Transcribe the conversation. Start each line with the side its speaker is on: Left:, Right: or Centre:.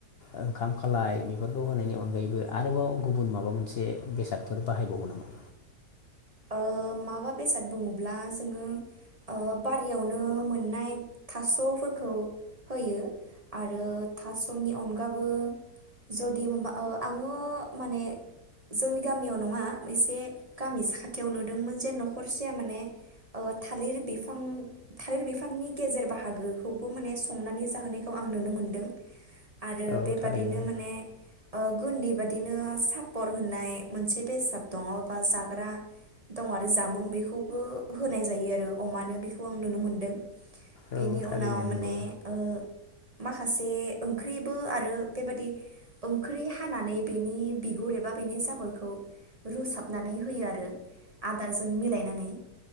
Left: ओंखाम खालाय बेफोरखौ होनायनि अनगायैबो आरोबाव गुबुन माबा मोनसे बेसादफोर बाहायबावो नामा?
Right: ओ माबा बेसाद बुङोब्ला जोङो ओ बारियावनो मोननाय थास'फोरखौ होयो आरो थास'नि अनगाबो जुदि मोनबा आङो माने जोंनि गामियाव नङा एसे गामि सा थियाव नुदोंमोन जे न'खरसेया माने ओ थालिर बिफां थालिर बिफांनि गेजेर बाहागोखौबो माने संनानै जाहोनायखौ आं नुनो मोनदों। आरो
Left: औ
Right: बेबादिनो
Left: थारैनो
Right: माने ओ गुन्दै बादिनो सापर होननाय मोनसे बेसाद दङ बा जाग्रा दं आरो जामुं बेखौबो होनाय जायो आरो अमानो बेखौ आं नुनो मोनदों। बेनि
Left: औ थारैनो
Right: उनाव माने
Left: नंगौ
Right: ओ माखासे ओंख्रिबो आरो बेबादि ओंख्रि हानानै बेनि बिगुर एबा बेनि जाबोरखौ रुसाबनानै होयो आरो। आदारजों मिलायनानै